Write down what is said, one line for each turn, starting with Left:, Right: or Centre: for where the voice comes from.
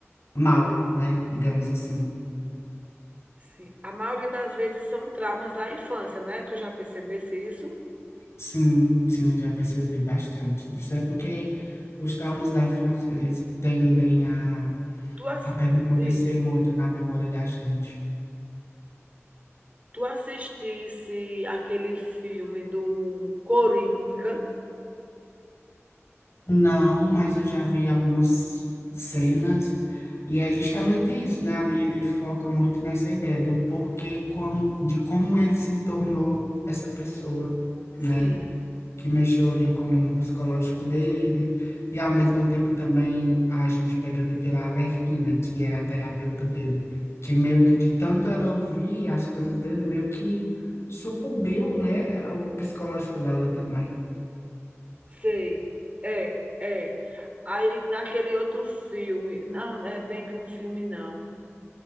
Left: mal, né? Digamos assim.
Right: sim. A maioria das vezes são traumas da infância, né? Tu já percebesse isso?
Left: Sim, sim, já percebi bastante. Isso é porque os traumas da infância, eles tendem a
Right: Tu as-
Left: a permanecer
Right: diz,
Left: muito na memória da gente.
Right: tu assistisse aquele filme do Coringa?
Left: Não, mas eu já vi algumas cenas e é justamente isso, né? Ali ele foca muito nessa ideia do porquê, como, de como ele se tornou essa pessoa, né?
Right: Sim.
Left: Que mexeu ali com o psicológico dele e ao mesmo tempo também a gente pega ali pela Arlequina, que era a terapeuta dele, que meio que de tanto ela ouvir as coisas dele, meio que sucumbiu, né, ao psicológico dela também.
Right: Sei. É, é. Aí naquele outro filme. Não, não é bem que um filme, não.